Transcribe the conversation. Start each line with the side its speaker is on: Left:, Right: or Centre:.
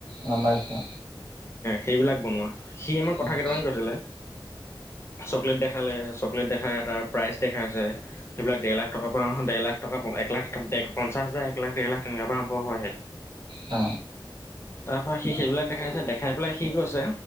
Right: গম, পাইছো।
Left: সেইবিলাক বনোৱা, সি আমাক কথা
Right: উম
Left: কেইটামান কৈছিলে। চকলেট দেখালে, চকলেট দেখাই তাৰ প্ৰাইচ দেখাইছে, সেইবিলাক দেৰ লাখ টকা পৰা, দেৰ লাখ টকা এক লাখ, পঞ্চা হাজাৰ, এক লাখ, দেৰ লাখ, তেনেকুৱা পৰা আৰম্ভ হয় হে।
Right: অ,
Left: তাৰ পৰা সি সেইবিলাক দেখাইছে দেখাই পেলাই সি কৈছ,